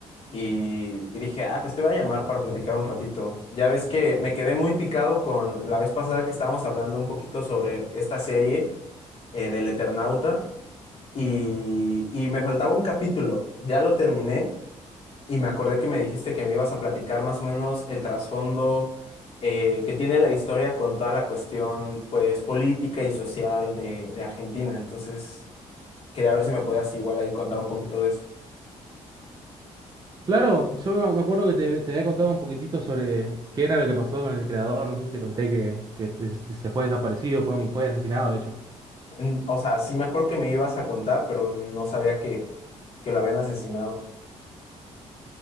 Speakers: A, on the left (about 50°); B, on the right (about 30°).
A: y, y dije, ah, pues te voy a llamar para platicar un ratito. Ya ves que me quedé muy picado con la vez pasada que estábamos hablando un poquito sobre esta serie. eh, del Eternauta y, y me faltaba un capítulo. Ya lo terminé y me acordé que me dijiste que me ibas a platicar más o menos el trasfondo eh, que tiene la historia con toda la cuestión pues política y social de, de Argentina. Entonces quería ver si me podías igual ahí contar un poquito de eso.
B: Claro, yo me me acuerdo que te, te había contado un poquitito sobre qué era lo que pasó con el creador. No sé si te conté que, que fue- se fue desaparecido, fue, fue asesinado, de hecho.
A: Mm, O sea, sí me acuerdo que me ibas a contar, pero no sabía que, que lo habían asesinado.